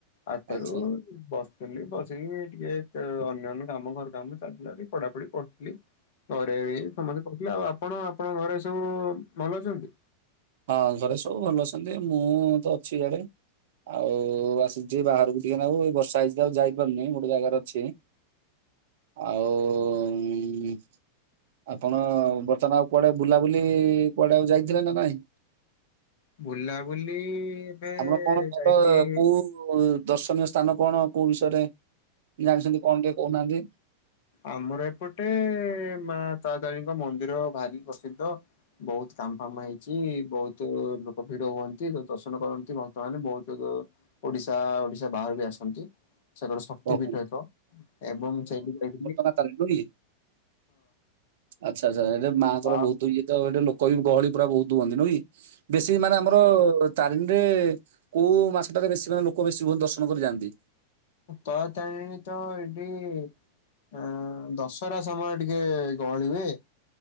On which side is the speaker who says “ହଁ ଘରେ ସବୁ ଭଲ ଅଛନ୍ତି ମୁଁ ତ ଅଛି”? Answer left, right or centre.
Right